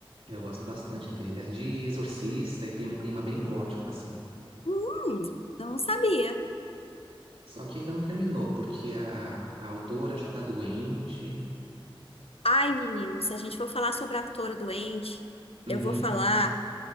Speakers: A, on the right; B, on the left.
A: Eu gosto bastante dele. As de Exorcista e tem um clima bem gótico, assim.
B: Hum, eu não sabia.
A: Só que ainda não terminou, porque a, a autora acho que tá doente.
B: Ai, menino, se a gente for falar sobre a autora doente,
A: Uhum.
B: eu vou falar